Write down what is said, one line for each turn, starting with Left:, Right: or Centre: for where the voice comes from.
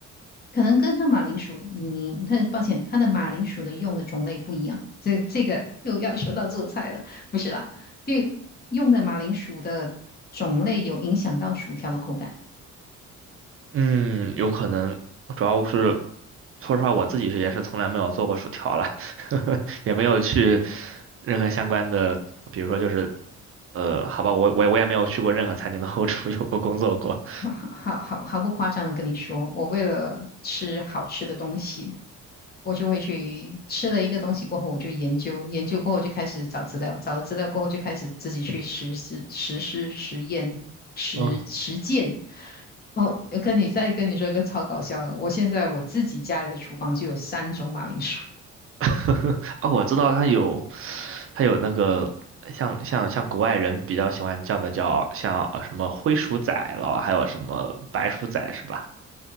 Left: 可能跟他马铃薯泥，它抱歉，他的马铃薯的用的种类不一样。这这个又要说到做菜了，不是啦，就用的马铃薯的种类有影响到薯条的口感。
Right: 嗯，有可能，主要是说实话，我自己是也是从来没有做过薯条了，<laughs> 也没有去任何相关的，比如说就是，呃，好吧，我我我也没有去过任何餐厅的后厨有过工作过。<laughs>
Left: <laughs> 好好好好毫不夸张的跟你说，我为了吃好吃的东西，我就会去吃了一个东西过后，我就研究，研究过后就开始找资料，找了资料过后就开始自己去实施、实施、实验、实实践。
Right: 嗯
Left: 哦，跟你再跟你说一个超搞笑的，我现在我自己家里的厨房就有三种马铃薯。
Right: <laughs> 哦，我知道它有，它有那个像像像国外人比较喜欢叫的叫像呃什么灰鼠仔了，还有什么白鼠仔是吧？